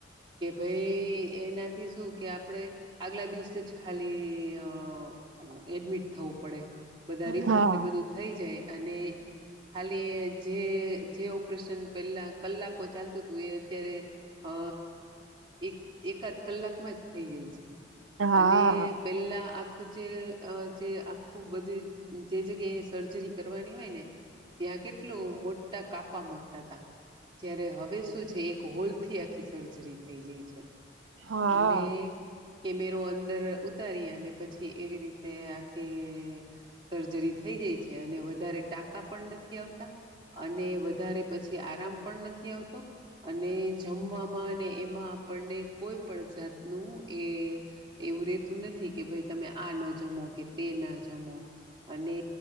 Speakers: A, on the right; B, on the right.
A: કે ભઈ એનાથી શું કે આપણે આગલા દિવસે જ ખાલી અ એડમિટ થવું પડે. બધા રિપોર્ટ
B: હા
A: ને બધું થઈ જાય અને ખાલી જે જે ઓપરેશન પેલા કલાકો ચાલતું તુ એ અત્યારે અ એક એકાદ કલાકમાં જ થઈ જાય છે.
B: હા
A: અને પેલા આખું જે જે આખું બધું જે જગ્યાએ સર્જરી કરવાની હોય ને ત્યાં કેટલું મોટા કાપા મુકતા તા. જય્યારે હવે શું છે એક હોલ થી આખી સર્જરી થઈ જાય છે.
B: હા
A: અને કેમેરો અંદર ઉતારી અને પછી એવી રીતે આખી સર્જરી થઈ ગઈ છે અને વધારે ટાંકા પણ નથી આવતા અને વધારે પછી આરામ પણ નથી આવતો અને જમવામાં અને એમાં આપણને કોઈ પણ જાતનું એ એવું રેતું નથી કે ભાઈ તમે આ ન જમો કે તે ના જમો અને